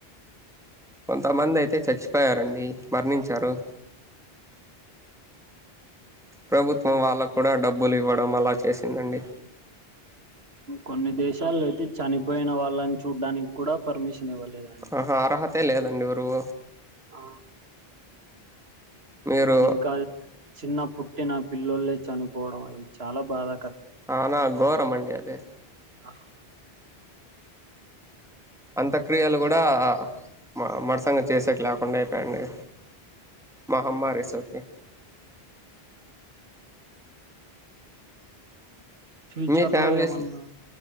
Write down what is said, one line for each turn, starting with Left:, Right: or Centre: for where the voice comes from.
Centre: కొంతమంది అయితే చచ్చిపోయారండి మరణించారు ప్రభుత్వం వాళ్ళ కూడా డబ్బులు ఇవ్వడం అలా చేసిందండి
Right: కొన్ని దేశాలు అయితే చనిపోయిన వాళ్ళని చూడ్డానికి కూడా పర్మిషన్ ఇవ్వలేదండి
Centre: ఆహా అర్హతే లేదండిరు రువ
Right: ఆ
Centre: మీరు
Right: కానీ ఇంకా చిన్న పుట్టి నా పిల్లలే చనిపోవడం అది చాలా బాధ
Centre: అనా గోరమండి అ అదే
Right: ఆ
Centre: అంతక్రియలు కూడా మ మరుసంగ చేసేక లేకుండా అయిపోయిడి మహమ్మారి సోకి
Right: ఫ్యూచర్
Centre: మీ ఫ్యామిలీస్
Right: లో ఏమన్నా